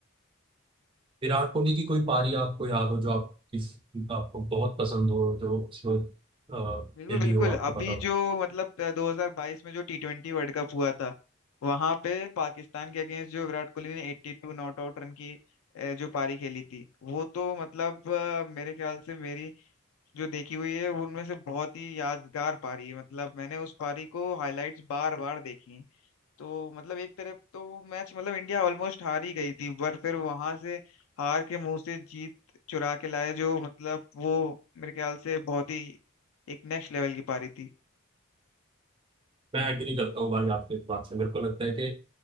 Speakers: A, on the right; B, on the left.
A: विराट कोहली की कोई पारी आपको याद हो जो आप किस आपको बहुत पसंद हो जो उसमें अ,
B: बिल्कुल
A: खेली
B: बिल्कुल
A: हो आपको
B: अभी
A: पता हो
B: जो मतलब 2022 में जो टी ट्वेंटी वर्ल्ड कप हुआ था वहां पे पाकिस्तान के अगेंस्ट जो विराट कोहली ने 82 नॉट आउट रन की अ, जो पारी खेली थी वो तो मतलब अ, मेरे ख्याल से मेरी जो देखी हुई है वो उनमें से बहुत ही यादगार पारी है मतलब मैंने उस पारी को हाईलाइट्स बार बार देखी तो मतलब एक तरफ तो मैच मतलब इंडिया ऑलमोस्ट हार ही गई थी पर फिर वहां से हार के मुंह से जीत चुरा के लाए जो मतलब वो मेरे ख्याल से बहुत ही एक नेक्स्ट लेवल की पारी थी
A: मैं एग्री करता हूँ भाई आपके इस बात से मेरे को लगता है कि